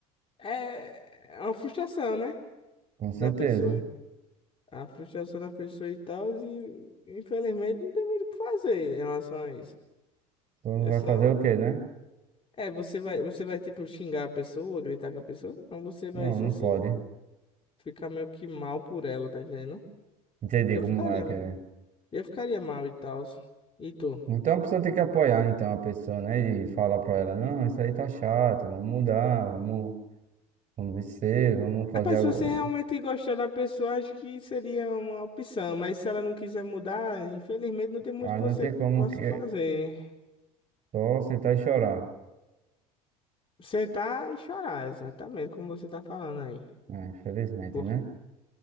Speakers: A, on the left; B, on the right.
A: É, é uma frustração, né?
B: Com
A: Da
B: certeza.
A: pessoa.
B: A
A: A frustração da pessoa e tal. E infelizmente não tem muito o que fazer em relação a isso.
B: pessoa
A: É
B: vai
A: só.
B: fazer o quê, né?
A: É, você vai, você vai, tipo, xingar a pessoa, gritar com a pessoa. Não, você vai
B: Não,
A: só
B: não
A: se
B: pode.
A: ficar meio que mal por ela, tá entendendo?
B: Entendi
A: Eu
B: como
A: ficaria,
B: é que
A: mano.
B: é.
A: Eu ficaria mal e tal. E tu?
B: Então a pessoa tem que apoiar então a pessoa, né? E falar pra ela, não, isso aí tá chato, vamos mudar, vamos, vamos vencer, vamos fazer
A: Rapaz,
B: algo.
A: se você realmente gostar da pessoa, acho que seria uma opção, mas se ela não quiser mudar, infelizmente não tem muito
B: Aí
A: que
B: não
A: você
B: tem como
A: possa
B: que
A: fazer.
B: só aceitar e chorar.
A: Sentar e chorar, exatamente como você tá falando aí.
B: É, infelizmente,
A: Porque
B: né?